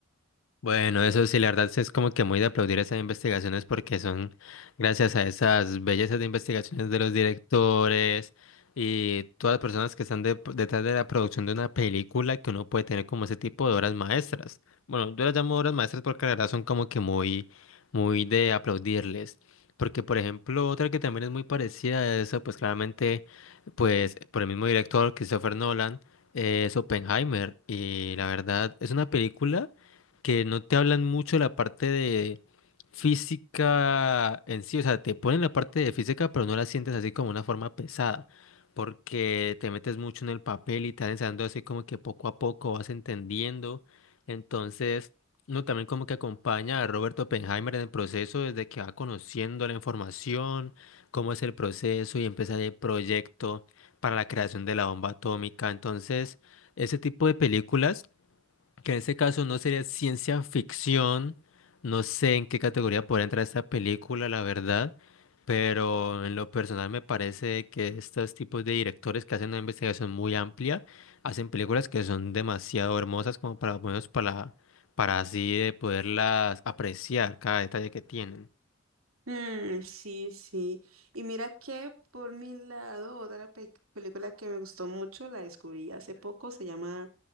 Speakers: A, on the left; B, on the right.
A: Bueno, eso sí, la verdad sí es como que muy de aplaudir esas investigaciones porque son gracias a esas bellezas de investigaciones de los directores y todas las personas que están de- detrás de la producción de una película que uno puede tener como ese tipo de obras maestras. Bueno, yo las llamo obras maestras porque la verdad son como que muy, muy de aplaudirles. Porque, por ejemplo, otra que también es muy parecida a eso, pues claramente, pues por el mismo director, Christopher Nolan, eh, es Oppenheimer. Y la verdad es una película que no te hablan mucho la parte de física en sí, o sea, te ponen la parte de física, pero no la sientes así como una forma pesada, porque te metes mucho en el papel y te van enseñando así como que poco a poco vas entendiendo. Entonces, uno también como que acompaña a Robert Oppenheimer en el proceso desde que va conociendo la información, cómo es el proceso y empieza el proyecto para la creación de la bomba atómica. Entonces, ese tipo de películas que en este caso no sería ciencia ficción, no sé en qué categoría podría entrar esta película, la verdad, pero en lo personal me parece que estos tipos de directores que hacen una investigación muy amplia, hacen películas que son demasiado hermosas como para, bueno, para, para así de poderlas apreciar cada detalle que tienen.
B: Mm, sí, sí. Y mira que por mi lado, otra pe- película que me gustó mucho, la descubrí hace poco, se llama